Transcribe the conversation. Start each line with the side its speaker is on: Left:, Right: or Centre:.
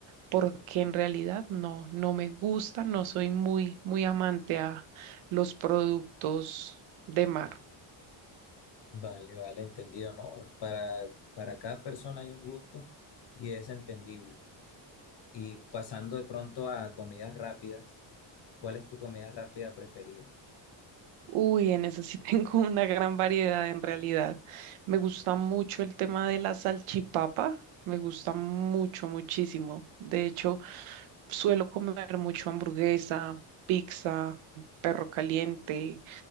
Right: porque en realidad no, no me gusta, no soy muy, muy amante a los productos de mar.
Left: Vale, vale, entendido, ¿no? Para, para cada persona hay un gusto y es entendible. Y pasando de pronto a comidas rápidas, ¿cuál es tu comida rápida preferida?
Right: Uy, en eso sí <laughs> tengo una gran variedad en realidad. Me gusta mucho el tema de la salchipapa, me gusta mucho, muchísimo. De hecho, suelo comer mucho hamburguesa, pizza, perro caliente,